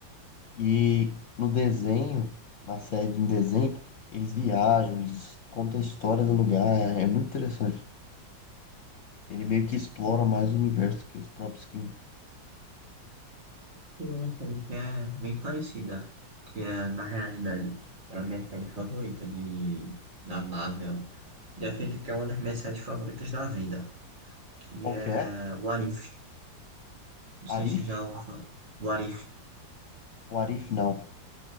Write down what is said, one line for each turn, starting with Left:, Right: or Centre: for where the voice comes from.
Left: E no desenho, na série em desenho, eles viajam, eles contam a história do lugar. É, é muito interessante. Ele meio que explora mais o universo que os próprios filmes.
Right: Tem uma série que é bem parecida, que é, na realidade, é a minha série favorita de, da Marvel. E acredito que é uma das minhas séries favoritas da vida, que
Left: Qual
Right: é
Left: que é?
Right: What If. Não
Left: Arif?
Right: sei se já ouviu falar. What If,
Left: O Arif não.